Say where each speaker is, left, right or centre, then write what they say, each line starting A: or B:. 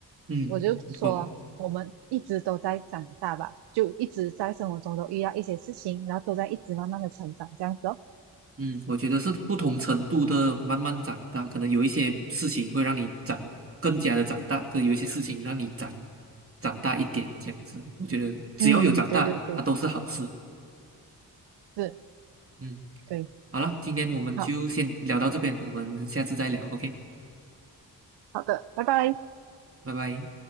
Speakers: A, on the right (about 35°); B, on the right (about 80°).
A: 嗯，
B: 我就说，
A: 嗯我
B: 我们一直都在长大吧，就一直在生活中都遇到一些事情，然后都在一直慢慢的成长，这样子哦。
A: 嗯，我觉得是不同程度的慢慢长大，可能有一些事情会让你长更加的长大，可有一些事情让你长长大一点，这样子。我觉得只要有长大，
B: 嗯，对对对，
A: 它都是好事。
B: 是，
A: 嗯，
B: 对，
A: 好了，今天我们就先聊到这边，
B: 好
A: 我们下次再聊，OK，
B: 好的，拜拜。
A: 拜拜。